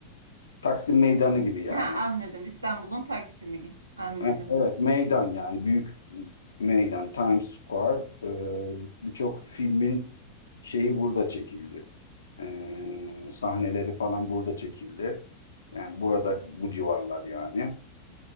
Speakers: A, on the left (about 70°); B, on the right (about 80°).
A: Taksim Meydanı gibi yani.
B: Ha anladım. İstanbul'un Taksim'i. Anladım.
A: Ha, Evet, meydan yani büyük meydan Times Square Ee, birçok filmin şeyi burada çekildi. Ee, sahneleri falan burada çekildi. Yani burada bu civarlar yani.